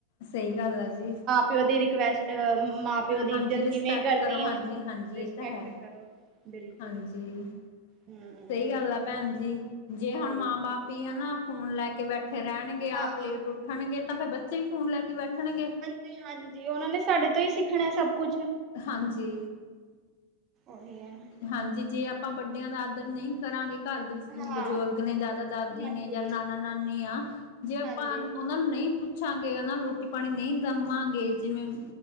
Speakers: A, on the left; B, on the right.
A: ਸਹੀ ਗੱਲ ਆ ਜੀ।
B: ਪਿਓ ਦੀ ਰਿਕਵੇਸ ਆ ਮਾਂ- ਪਿਓ ਦੀ
A: ਹਾਂਜੀ
B: ਇੱਜਤ
A: ਰਿਸਪੈਕਟ
B: ਕਿਵੇਂ ਕਰਨੀ
A: ਕਰੋ
B: ਏ,
A: ਹਾਂਜੀ ਹਾਂਜੀ
B: ਰਿਸਪੈਕਟ
A: ਇਹ ਤਾਂ ਹੈ
B: ਕਰੋ। ਬਿਲਕੁਲ।
A: ਹਾਂਜੀ,
B: ਹਮ
A: ਸਹੀ ਗੱਲ ਆ ਭੈਣ ਜੀ ਜੇ ਹੁਣ
B: ਉਹੀ
A: ਮਾਂ-
B: ਤੇ
A: ਬਾਪ ਵੀ ਹਨਾ ਫੋਨ ਲੈ ਕੇ ਬੈਠੇ ਰਹਿਣਗੇ,
B: ਹਾਂ
A: ਆਪ ਲੇਟ ਉੱਠਣਗੇ ਤਾਂ ਫੇਰ ਬੱਚੇ ਵੀ ਫੋਨ ਲੈ ਕੇ ਹੀ ਬੈਠਣਗੇ।
B: ਤੇ ਹਾਂਜੀ ਉਹਨਾਂ ਨੇ ਸਾਡੇ ਤੋਂ ਹੀ ਸਿੱਖਣਾ ਸਭ ਕੁਛ।
A: ਹਾਂ ਜੀ।
B: ਉਹੀ ਹੈ ਨਾ।
A: ਹਾਂਜੀ ਜੇ ਆਪਾਂ ਵੱਡਿਆਂ ਦਾ ਆਦਰ ਨਹੀਂ ਕਰਾਂਗੇ, ਘਰ ਦੇ ਵਿੱਚ ਜਿਵੇਂ
B: ਹਾਂ
A: ਬਜ਼ੁਰਗ ਨੇ ਦਾਦਾ- ਦਾਦੀ
B: ਹਾਂਜੀ
A: ਨੇ ਜਾਂ ਨਾਨਾ- ਨਾਨੀ ਆ। ਜੇ ਆਪਾ
B: ਹਾਂਜੀ
A: ਉਹਨਾ ਨੂੰ ਨਹੀਂ ਪੁ- ਪੁੱਛਾਂਗੇ ਉਹ ਨੂੰ ਰੋਟੀ ਪਾਣੀ ਨਹੀਂ ਦਵਾਂਗੇ ਜਿਵੇਂ ਉਅ